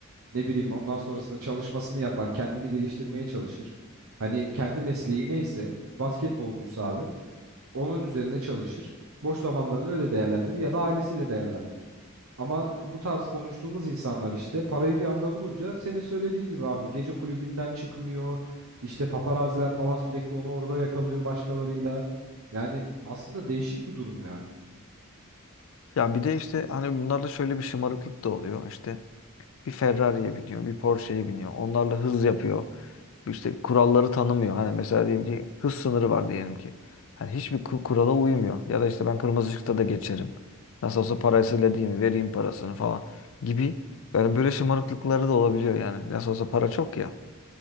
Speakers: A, on the right (about 80°); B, on the left (about 65°).
A: Ne bileyim ondan sonrasında çalışmasını yapar, kendini geliştirmeye çalışır. Hani kendi mesleği neyse basketbolcuysa abi onun üzerine çalışır. Boş zamanlarını öyle değerlendirir ya da ailesiyle değerlendirir. Ama bu tarz konuştuğumuz insanlar işte parayı bir anda bulunca senin söylediğin gibi abi gece kulübünden çıkmıyor. İşte paparaziler falan sürekli onu orada yakalıyor başkalarıyla. Yani aslında değişik bir durum ya.
B: Ya bir de işte hani bunlarda şöyle bir şımarıklık da oluyor. İşte bir Ferrari'ye biniyor, bir Porsche'ye biniyor. Onlarla hız yapıyor. İşte kuralları tanımıyor. Hani mesela diyelim ki hız sınırı var diyelim ki. Hani hiçbir ku- kurala uymuyor. Ya da işte ben kırmızı ışıkta da geçerim. Nasıl olsa parasıyla değil mi? Vereyim parasını falan gibi. Yani böyle şımarıklıkları da olabiliyor yani. Nasıl olsa para çok ya.